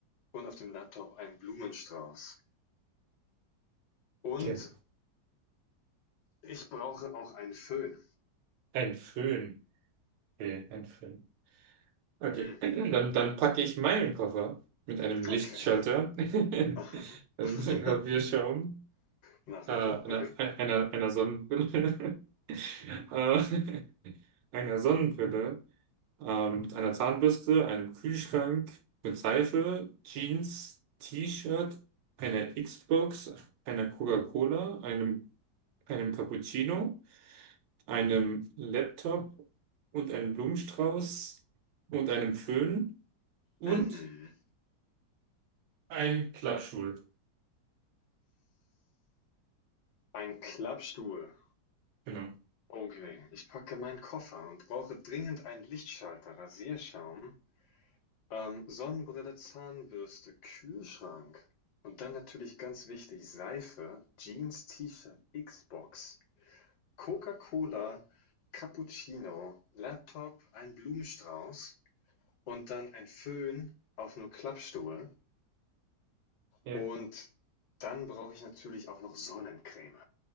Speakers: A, on the left; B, on the right.
A: und auf dem Laptop ein Blumenstrauß. Und
B: Genau.
A: ich brauche auch einen Föhn.
B: Ein Föhn. Nee, ein Föhn. Okay,
A: Hm,
B: dann, dann packe ich meinen Koffer mit einem Lichtschalter,
A: okay.
B: <laughs> also
A: Aha.
B: mit
A: <laughs>
B: einem Rasierschaum,
A: Nachmacher,
B: äh, einer,
A: okay.
B: einer, einer Sonnenbrille, <laughs> äh, einer Sonnenbrille, ähm, einer Zahnbürste, einem Kühlschrank mit Seife, Jeans, T-Shirt, einer Xbox, einer Coca-Cola, einem, einem Cappuccino, einem Laptop und einem Blumenstrauß und einem Föhn und
A: Mhm.
B: Ein Klappstuhl,
A: Ein Klappstuhl.
B: genau.
A: Okay, ich packe meinen Koffer und brauche dringend einen Lichtschalter, Rasierschaum Ähm, Sonnenbrille, Zahnbürste, Kühlschrank und dann natürlich ganz wichtig Seife, Jeans, T-Shirt, Xbox, Coca-Cola, Cappuccino, Laptop, ein Blumenstrauß und dann ein Föhn auf 'nem Klappstuhl
B: Ja,
A: und dann brauche ich natürlich auch noch Sonnencreme.